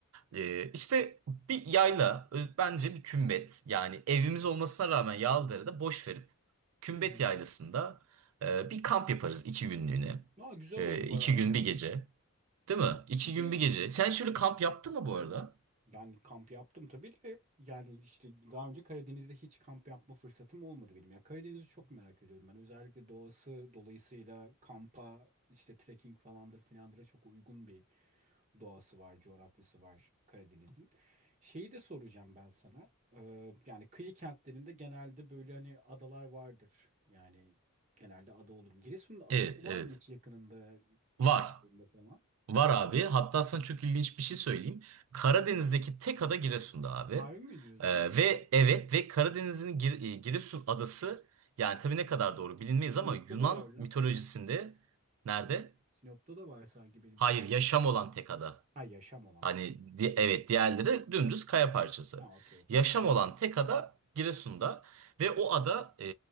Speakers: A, on the right; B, on the right.
A: Ee, işte bir yayla ö- bence bir kümbet yani evimiz olmasına rağmen Yağlıdere'de boş verip kümbet
B: Hı hı.
A: yaylasında e, bir kamp yaparız iki günlüğüne.
B: Aa, güzel
A: E,
B: olur
A: iki
B: Baran
A: gün
B: ya.
A: bir gece değil mi? İki
B: Bir şey
A: gün bir gece. Sen şöyle kamp yaptın mı bu arada?
B: yani kamp yaptım tabii de yani işte daha önce Karadeniz'de hiç kamp yapma fırsatım olmadı benim. Ya Karadeniz'i çok merak ediyorum ben. Özellikle doğası dolayısıyla kampa işte trekking falandır filandıra çok uygun bir doğası var, coğrafyası var Karadeniz'in. Şeyi de soracağım ben sana. Ee, yani kıyı kentlerinde genelde böyle hani adalar vardır. Yani genelde ada olur. Giresun'un adası
A: Evet,
B: var
A: evet.
B: mı hiç yakınında,
A: Var.
B: çevresinde falan?
A: Var abi. Hatta sana çok ilginç bir şey söyleyeyim. Karadeniz'deki tek ada Giresun'da abi.
B: Harbi mi diyorsun?
A: Ee, ve evet ve Karadeniz'in Gir- e, Giresun adası yani tabii ne kadar doğru bilinmeyiz
B: Sinop'ta
A: ama Yunan
B: da var lan.
A: mitolojisinde nerede?
B: Sinop'ta da var sanki benim
A: Hayır,
B: bildiğim.
A: yaşam olan tek ada.
B: Ha yaşam olan
A: Hani
B: okey.
A: di- evet diğerleri dümdüz kaya parçası.
B: Ha okey okey.
A: Yaşam olan tek ada Giresun'da ve o ada e,